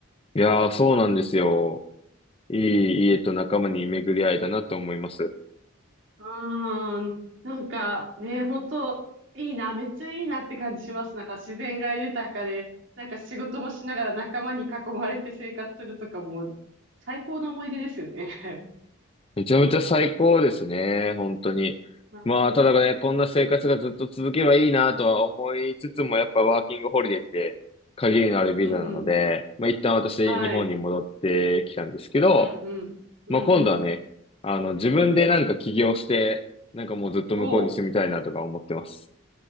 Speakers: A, on the left; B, on the right.
A: いやー、そうなんですよ。いい家と仲間に巡り合えたなと思います。
B: うーん。なんかね、本当いいな、めっちゃいいなって感じします。なんか自然が豊かで、なんか仕事もしながら仲間に囲まれて生活するとかも、最高の思い出ですよね。
A: めちゃめちゃ最高ですね、本当に。
B: <laughs> うん
A: まあ、ただね、こんな生活がずっと続けばいいなとは思いつつも、やっぱワーキングホリデーって限りのあるビザなので、
B: うんうん。
A: まあ一旦私、
B: はい。
A: 日本に戻ってきたんですけど、
B: うんうん。うんうん。
A: まあ今度はね、あの、自分でなんか起業して、なんかもうずっと向こうに住みたいなとか思ってます。
B: おう。